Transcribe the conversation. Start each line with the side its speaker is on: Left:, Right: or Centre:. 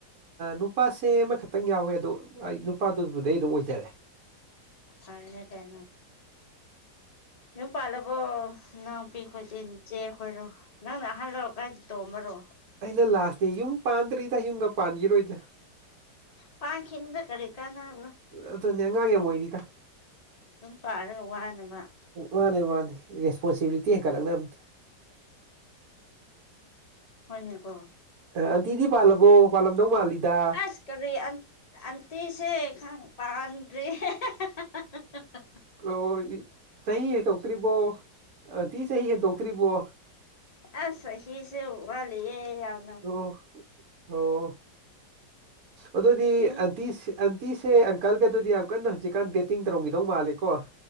Right: ꯅꯨꯄꯥꯁꯦ ꯑꯃꯈꯛꯇꯪ ꯌꯥꯎꯋꯦ ꯑꯗꯣ ꯑꯩ ꯅꯨꯄꯥꯗꯨꯕꯨꯗꯩ ꯑꯗꯨꯝ ꯑꯣꯏꯖꯔꯦ
Left: ꯐꯔꯦꯅꯦ ꯀꯩꯅꯣ ꯌꯨꯝ ꯄꯥꯂ ꯑꯣ ꯅꯥꯎꯄꯤ ꯈꯣꯏꯗꯤꯟ ꯆꯦ ꯈꯣꯏꯔꯣ ꯅꯪꯅ ꯑꯍꯜ ꯂꯣ ꯀꯥꯏ ꯇꯣꯝꯕꯔꯣ
Right: ꯑꯩꯅ ꯂꯥꯠꯅꯦ ꯌꯨꯝ ꯄꯥꯟꯗ꯭ꯔꯤꯗ ꯌꯨꯡꯒ ꯄꯥꯟꯒꯤꯔꯣꯏꯗ
Left: ꯄꯥꯡꯈꯅꯨꯗ ꯀꯔꯤ ꯀꯥꯟꯅꯥꯕꯔꯥ
Right: ꯑꯗꯨꯅꯦ ꯑꯉꯥꯡ ꯌꯥꯝ ꯑꯣꯏꯔꯤꯗ
Left: ꯌꯨꯝ ꯄꯥꯜꯂꯒ ꯋꯥꯅꯉꯥ
Right: ꯃꯥꯅꯦ ꯃꯥꯅꯦ ꯔꯦꯁꯄꯣꯟꯁꯤꯕꯤꯂꯤꯇꯤ ꯍꯦꯟꯀꯠꯂꯛꯅꯕꯅꯦ
Left: ꯍꯣꯏꯅꯦ ꯀꯣ
Right: ꯑꯥ ꯑꯟꯇꯤꯗꯤ ꯄꯥꯜꯂꯕꯣ ꯄꯥꯜꯂꯝꯗꯧ ꯃꯥꯜꯂꯤꯗ
Left: ꯑꯁ ꯀꯔꯤ ꯑꯇꯤꯁꯦ ꯈꯪ ꯄꯥꯟꯇꯔꯦ <unintelligible>
Right: ꯑꯣ ꯆꯍꯤ ꯍꯦꯟꯛꯇꯣꯛꯇ꯭ꯔꯤ ꯑꯟꯇꯤ ꯆꯍꯤ ꯍꯦꯟꯇꯣꯛꯇ꯭ꯔꯤꯕꯣ
Left: ꯑꯁ ꯆꯍꯤꯁꯦ ꯋꯥꯂꯤꯌꯦ ꯌꯥꯝ
Right: ꯑꯣ ꯑꯣ ꯑꯗꯨꯗꯤ
Left: ꯌꯨꯝ
Right: ꯑꯟꯇꯤ ꯑꯟꯇꯤꯁꯦ ꯑꯪꯀꯜꯒ ꯑꯗꯨꯗꯤ ꯌꯥꯝ ꯀꯟꯅ ꯍꯧꯖꯤꯛꯀꯥꯟ ꯗꯦꯇꯤꯡ ꯇꯧꯔꯝꯈꯤꯗꯧ ꯃꯥꯜꯂꯦꯀꯣ